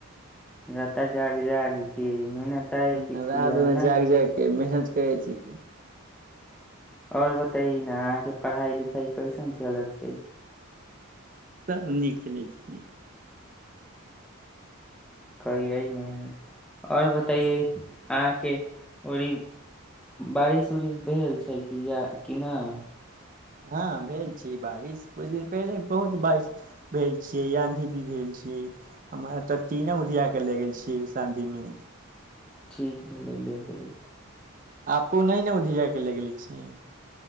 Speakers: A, in the centre; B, on the right.
A: रता जग जाग के मिनताय किथिया
B: ह रातमे
A: ना
B: जाग जागके मेहनत क छै की
A: आओर बतैए ने अहाँके पढ़ाइ लिखाई कैसन चलत छै
B: सभ नीक चलै छै
A: करियै मेहनत आओर बतैयै अहाँके ओड़ बारिश उरिश भेल छै कि या कि नहि
B: हँ भेल छी बारिश कुछ दिन पहिले बहुत बारिश भेल छियै आँधी भी भेल छीै हम तऽ तीनो उधिय के ले गेल छीै आधी मे
A: ठीक भ ल ले गेलैत
B: आपो नइ न उधिया के ले गेले छी